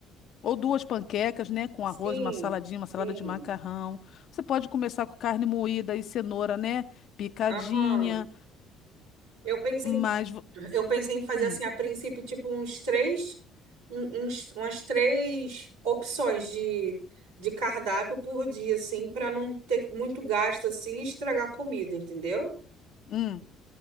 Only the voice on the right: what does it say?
sim,
sim.
Aham. Eu pensei
em
Eu pensei em fazer
assim, a princípio, tipo, uns três, um- uns, umas três opções de, de cardápio por dia, assim, para não ter muito gasto assim e estragar a comida, entendeu?